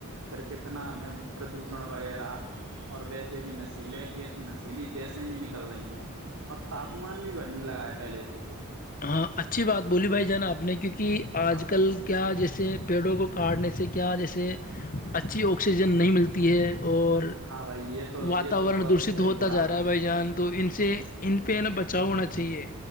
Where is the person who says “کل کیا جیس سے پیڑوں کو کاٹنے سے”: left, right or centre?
Left